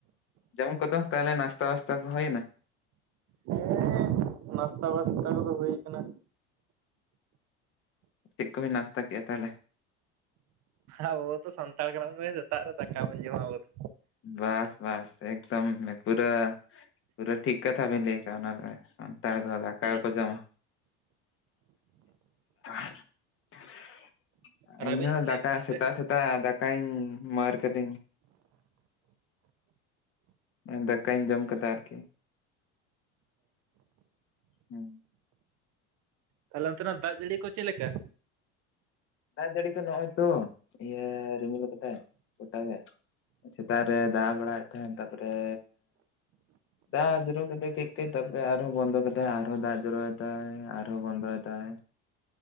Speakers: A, on the left (about 40°); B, on the right (about 55°).
A: ᱡᱚᱢ ᱠᱚᱫᱚᱚᱢ ᱛᱟᱦᱚᱞᱮ ᱱᱟᱥᱛᱟ ᱵᱟᱥᱛᱟ ᱠᱚ ᱦᱩᱭᱱᱟ
B: ᱦᱮᱸ ᱱᱟᱥᱛᱟ ᱵᱥᱛᱟ ᱠᱚᱫᱚ ᱦᱩᱭ ᱠᱟᱱᱟ
A: ᱪᱮᱫ ᱠᱚᱵᱤᱱ ᱱᱟᱥᱛᱟ ᱠᱮᱫᱼᱟ ᱛᱟᱦᱚᱞᱮ
B: ᱟᱵᱩ ᱥᱮ ᱥᱟᱱᱛᱟᱲ ᱠᱟᱱᱟ ᱵᱩᱱ ᱥᱮ ᱥᱮᱛᱟᱜ ᱨᱮ ᱫᱟᱠᱟ ᱵᱩᱱ ᱡᱚᱢᱟ ᱟᱵᱩ ᱫᱚ
A: ᱵᱟᱥ ᱵᱟᱥ ᱮᱫᱚᱢ ᱯᱩᱨᱟᱹ ᱯᱩᱨᱟᱹ ᱴᱷᱤᱠ ᱠᱟᱛᱷᱟ ᱵᱮᱱ ᱞᱟᱹᱭ ᱠᱟᱜᱼᱟ ᱚᱱᱟ ᱫᱚ ᱥᱟᱱᱛᱟᱲ ᱠᱚ ᱫᱟᱠᱟ
B: ᱦᱮᱸ
A: ᱜᱮᱠᱚ ᱡᱚᱢᱟ <inaudible>
B: ᱟᱨ
A: ᱤᱧᱦ
B: ᱟᱹᱵᱤᱱ
A: ᱦᱚᱸ
B: ᱞᱟᱹᱭ
A: ᱫᱟᱠᱟ
B: ᱵᱤᱱ ᱚᱱᱛᱮ
A: ᱥᱮᱛᱟᱜ ᱥᱮᱛᱟᱜ ᱫᱟᱠᱟᱧ ᱢᱟᱨᱟᱹᱨ ᱠᱤᱫᱟᱹᱧ ᱢ ᱫᱟᱠᱟᱧ ᱡᱚᱢ ᱠᱮᱫᱫᱟ ᱟᱨᱠᱤ ᱦᱩᱸ
B: ᱛᱟᱦᱞᱮ ᱚᱱᱛᱮ ᱱᱟᱜ ᱫᱟᱜ ᱡᱟᱹᱲᱤ ᱠᱚ ᱪᱮᱫ ᱞᱮᱠᱟ?
A: ᱫᱟᱜ ᱡᱟᱹᱲᱤ ᱠᱚ ᱱᱚᱜᱼᱚᱭ ᱛᱚ ᱤᱭᱟᱹ ᱨᱤᱢᱤᱞ ᱠᱟᱫᱟᱭ ᱜᱚᱴᱟᱜᱮ ᱥᱮᱛᱟᱜ ᱨᱮ ᱫᱟᱜ ᱵᱟᱲᱟᱭᱮᱫ ᱛᱟᱦᱮᱱ ᱛᱟᱨᱯᱚᱨᱮ ᱫᱟᱜ ᱡᱚᱨ ᱠᱟᱛᱮ <unintelligible> ᱛᱟᱨᱯᱚᱨ ᱟᱨᱦᱚᱸ ᱵᱚᱱᱫᱚ ᱠᱟᱛᱮᱛᱟᱭ ᱟᱨᱦᱚᱸ ᱫᱟᱜ ᱡᱚᱨ ᱫᱟᱭ ᱟᱨᱦᱚᱸ ᱵᱚᱱᱫᱚ ᱫᱟᱭ